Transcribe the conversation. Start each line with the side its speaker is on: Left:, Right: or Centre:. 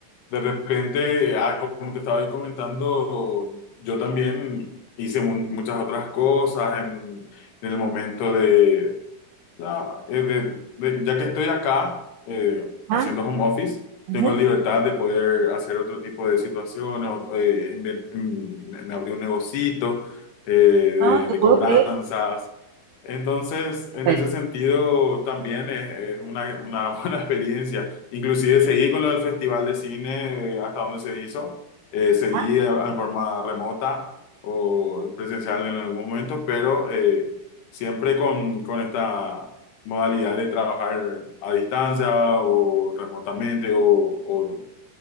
Left: de repente, ah, como te estaba ahí comentando, yo también hice mu- muchas otras cosas en, en el momento de, la- eh, de- de- ya que estoy acá eh,
Right: Ah,
Left: haciendo home office,
Right: Ujú.
Left: tengo libertad de poder hacer otro tipo de situaciones, o- eh, invier- mm, me me abrí un negocito eh, de,
Right: No te
Left: de
Right: puedo
Left: cobranzas,
Right: creer.
Left: entonces, en
Right: Pero,
Left: ese sentido, también es, es una, una <laughs> buena experiencia. Inclusive seguí con lo del Festival de Cine eh, hasta donde se hizo. Eh, seguí
Right: ajá.
Left: en en forma remota o presencial en algún momento, pero eh, siempre con, con esta modalidad de trabajar a distancia o remotamente o,